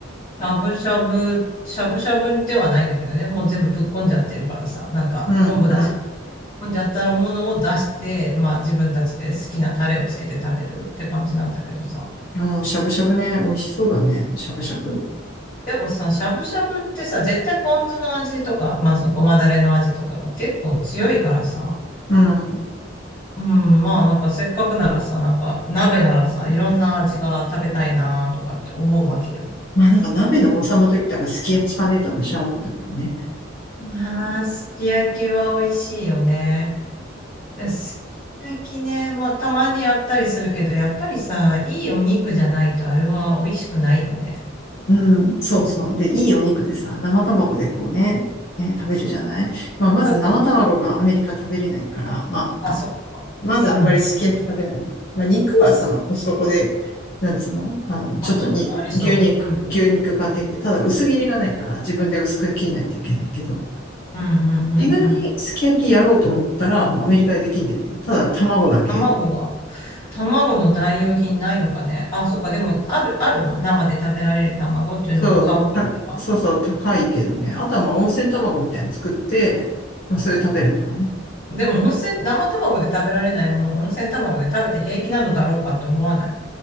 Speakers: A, on the left; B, on the left.
A: しゃぶしゃぶ、しゃぶしゃぶではないんだけどね、もう全部ぶっこんじゃってるからさ、なんか昆布出し、
B: うん
A: ぶっこんじゃったものを出して、まあ自分たちで好きなタレをつけて食べるって感じなんだけどさ。
B: うん。うん、しゃぶしゃぶね。美味しそうだね。しゃぶしゃぶ。
A: でもさ、しゃぶしゃぶってさ、絶対ポン酢の味とか、まあそのごまだれの味とかが結構強いからさ、
B: うん。
A: うん、まあなんかせっかくならさ、なんか鍋ならさ、いろんな味が食べたいなとかって思うわけよ。
B: まあなんか鍋の王様と言ったらすき焼きかねえと私は思うんだけどね。
A: ああ、すき焼きは美味しいよね。で、すき焼きね、まあたまにやったりするけど、やっぱりさ、いいお肉じゃないとあれは美味しくないよね。
B: うん、そうそう。で、いいお肉でさ、生卵でこうね、えー食べるじゃないまあ、
A: そう、
B: まず生卵がアメリカ食べれないから、
A: ちょっと、
B: まあ、
A: あ、そっか。
B: まずあんまりすき焼き食べない。
A: うん。
B: まあ、肉はさ、コストコで、なんつうの、あの、ちょっとに、
A: あ、そうだね。ありそう。
B: 牛肉、
A: うん。
B: 牛肉買ってきて、ただ薄切りがないから自分で薄く切んないといけないけど、
A: うんうんうんうん。
B: 意外にすき焼きやろうと思ったら、まあ、アメリカでできんだよね。ただ卵だけ。
A: 卵が、卵の代用品ないのかね。あ、そっか。でも、ある、あるの生で食べられる卵っていうのも買おうと思えば。
B: そう、た、そうそう、高いけどね。あとはまあ温泉卵みたいに作って、まあ、それ食べるとかね。
A: でも、温泉、生卵で食べられないものを温泉卵で食べて平気なのだろうかって思わない。